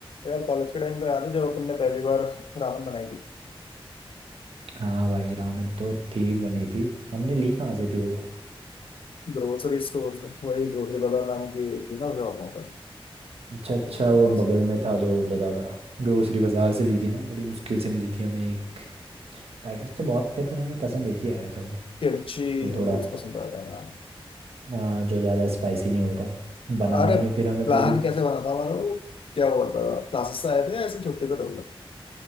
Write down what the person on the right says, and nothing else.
हाँ भाई रामेन तो ठीक बनी थी हमने ली कहाँ से थी वो
अच्छा अच्छा
वो
बगल में था जो दादा का ग्रोसरी बाजार से ली थी ना बड़ी मुश्किल से मिली थी हमें एक पैकेट तो बहुत थे पर हमें पसंद एक ही आया था वो
तो थोड़ा
आ, जो ज़्यादा स्पाइसी नहीं होता बनाने
में फिर हमें
पूरी